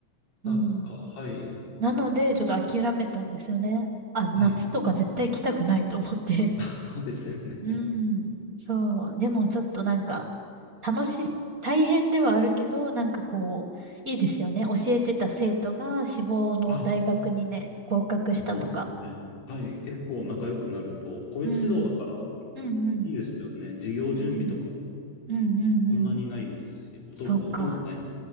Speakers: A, on the left; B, on the right.
A: たか。
B: うん。
A: はい、
B: なので、ちょっと諦めたんですよね。あ、夏とか絶対来たくないと思って。
A: はい。あ、そうですよね。
B: うん。そう。でもちょっとなんか、楽しい、大変ではあるけど、なんかこう、いいですよね。教えてた生徒が志望の大学にね、
A: あ、そ
B: 合格したとか。
A: うですね。はい。結構仲良くなると、個別指導だから
B: うん。うんうん。
A: いいですよね。授業準備とかも
B: うん。うんうんうん。
A: そんなにないですし、ほとんど、
B: そうか。
A: ほとんどない、